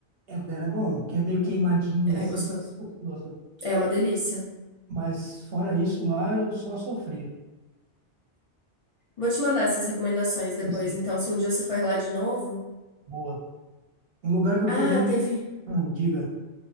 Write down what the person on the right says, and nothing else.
É, o dela é bom, que é meio queimadinha,
assim,
gostoso.
Mas fora isso, lá eu só sofri.
Assim,
boa. Um lugar que eu
comi,
hum, diga.